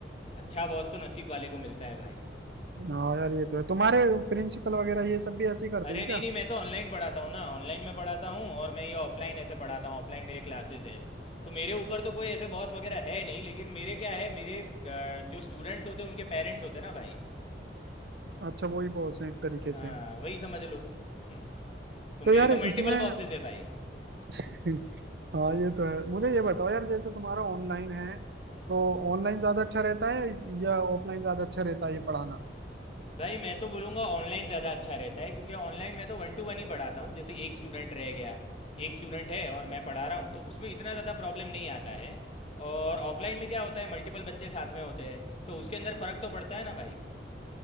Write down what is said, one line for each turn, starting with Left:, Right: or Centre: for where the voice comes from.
Left: अच्छा बॉस तो नसीब वाले को मिलता है भाई
Right: हाँ यार ये तो है तुम्हारे प्रिंसिपल वगैरह ये सब भी ऐसे ही करते
Left: अरे
Right: हैं क्या
Left: नहीं नहीं मैं तो ऑनलाइन पढ़ाता हूँ ना ऑनलाइन में पढ़ाता हूँ और मैं ये ऑफलाइन ऐसे पढ़ाता हूँ ऑफलाइन मेरे क्लासेस है तो मेरे ऊपर तो कोई ऐसे बॉस वगैरह है नहीं लेकिन मेरे क्या है मेरे अ, जो स्टूडेंट्स होते हैं उनके पेरेंट्स होते हैं ना भाई
Right: अच्छा वही बॉस है एक तरीके
Left: हाँ
Right: से
Left: वही समझ लो हम्म, तो मेरे
Right: तो यार
Left: तो मल्टीपल
Right: इसमें
Left: बॉसेस है भाई
Right: <laughs> हाँ ये तो है मुझे ये बताओ यार जैसे तुम्हारा ऑनलाइन है
Left: हम्म
Right: तो ऑनलाइन ज्यादा अच्छा रहता है या ऑफलाइन ज्यादा अच्छा रहता है ये पढ़ाना
Left: भाई मैं तो बोलूँगा ऑनलाइन ज़्यादा अच्छा रहता है क्योंकि ऑनलाइन मैं तो वन टू वन ही पढ़ाता हूँ जैसे एक स्टूडेंट रह गया एक स्टूडेंट है और मैं पढ़ा रहा हूँ तो उसमें इतना ज़्यादा प्रॉब्लम नहीं आता है और ऑफलाइन में क्या होता है मल्टीपल बच्चे साथ में होते हैं तो उसके अंदर फ़र्क तो पड़ता है ना भाई